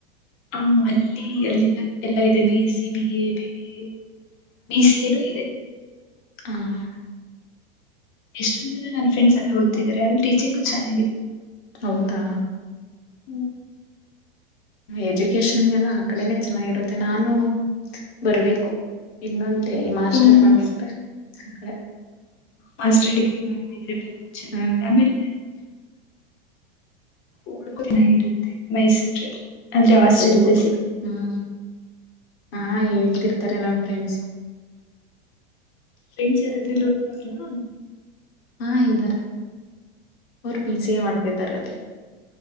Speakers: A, on the left; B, on the left.
A: ಹ ಅಲ್ಲಿ ಅಲ್ಲಿಲ್ಲ ಎಲ್ಲ ಇದೆ B S B A B B A ಬಿಸಿಯನೂ ಇದೆ
B: ಹ್ಮ ಹ
A: ಎಷ್ಟೊಂದ್ ಜನ ನನ್ ಫ್ರೆಂಡ್ಸ್ ಎಲ್ಲ ಓದತ್ತಿದಿದ್ದಾರೆ ಅಲ್ಲಿ ಟೀಚಿಂಗು ಚೆನ್ನಾಗಿದೆ
B: ಹೌದಾ
A: ಹ್ಮ್
B: ಎಜುಕೇಶನ್ಗೆಲ್ಲ ಆ ಕಡೆನೆೇ ಚೆನ್ನಾಗಿರುತ್ತೆ ನಾನು ಬರ್ಬೇಕು ಇನ್ನೊಂದು ಅೇ ಮಾಸ್ಟರ್
A: ಹ್ಮ್
B: ಮಾಡ್ಬೇಕ್ರ ಆಕಡೆ
A: ಮಾಸ್ಟರ್ ಡಿಗ್ರಿ ಮಾಡದಿದ್ರೆ ಬೆಲ್ ಚೆನ್ನಾಗಿದೆ
B: ಹ್ಮ್
A: ಆಮೇಲೆ ಓಡ್ಕೋ ಚೆನ್ನಾಗಿರುತ್ತೆ ಮೈಸೂರಲ್ಲಿ ಆದ್ರೆ ಹಾಸ್ಟೆಲ್
B: ಹೌದು ಹೌದು
A: ಫೆಸಿಲಿಟಿ
B: ಹ್ಮ್ ಹಾ ಹೇಳ್ತಿರ್ತಾರೆ ನಾವ ಫ್ರೆಂಡ್ಸ್
A: ಫ್ರೆಂ್ಸ್ ಯಾರಾದ್ರೂ ನೋದ್ತಾವ್ರಾ
B: ಹಾ ಇದ್ದಾರೆ ಅವರು ಪಿ ಸಿ ಎ ಮಾಡ್ತಿದ್ದಾರೆ ಅಲ್ಲಿ